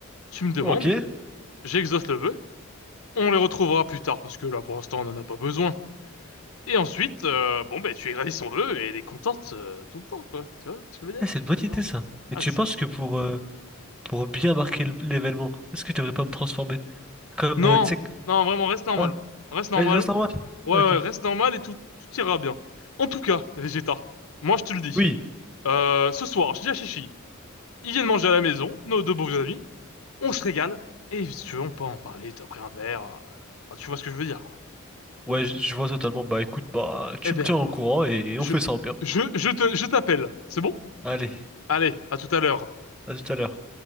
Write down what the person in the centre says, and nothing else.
ok.
Ah, c'est une bonne
idée ça.
Et tu
penses
que pour, euh, pour bien marquer l- l'événement, est-ce que je devrais pas me transformer? Comme,
euh, tu sais. que-
Ah,
ouais, je reste en mode.
Ok.
Oui.
Ouais, je je vois totalement. Bah écoute, bah tu
me
tiens
au courant et
on fait ça bien.
Allez,
à tout à l'heure.